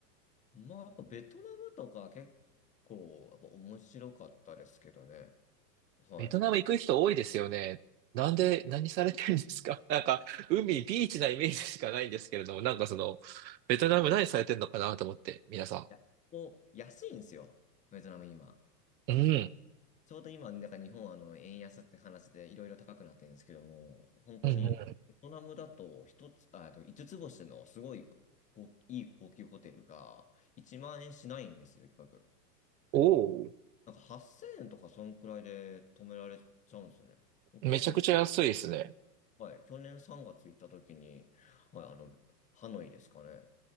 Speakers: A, on the left; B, on the right.
A: まあ、やっぱベトナムとか結構、やっぱ面白かったですけどね。は
B: ベトナム行く人多いですよね。なんで、何されてるんですか <laughs> なんか海、ビーチなイメージしかないんですけれども、なんかその、ベトナム何されてるのかなと思って、皆さ
A: い。お、安いんですよ。ベトナム今。
B: ん。うん。
A: ちょうど今、なんか日本はあの円安って話でいろいろ高くなってるんですけども、本当にベトナムだと一つ、
B: うんうん。
A: あ、えっと5つつ星のすごいこいい高級ホテルが1万円しないんですよ、一泊。
B: おお、
A: なんか8000円とかそんくらいで泊められちゃうんですね。僕なんか、
B: めちゃくちゃ安いですね。
A: はい、去年3月行った時に、はい、あの、ハノイですかね。